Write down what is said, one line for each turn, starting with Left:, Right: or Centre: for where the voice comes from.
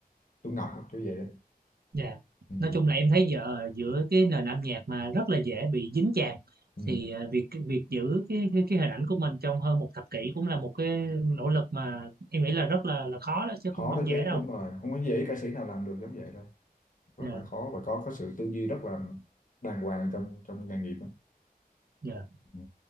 Left: Tú Ngọc á, kiểu vậy đó
Right: Dạ.
Left: ừ.
Right: Nói chung là em thấy giờ giữa cái nền âm nhạc mà rất là dễ bị dính chàm
Left: Ừ.
Right: thì ờ, việc việc giữ cái cái, cái hình ảnh của mình trong hơn một thập kỷ cũng là một cái nỗ lực mà em nghĩ là rất là là khó đó chứ
Left: khó
Right: cũng không
Left: đó chứ
Right: dễ đâu.
Left: đúng rồi không có dễ ca sĩ nào làm được giống vậy đâu rất
Right: Dạ
Left: là khó và có có sự tư duy rất là đàng hoàng trong trong nghề nghiệp á.
Right: dạ.
Left: ừ.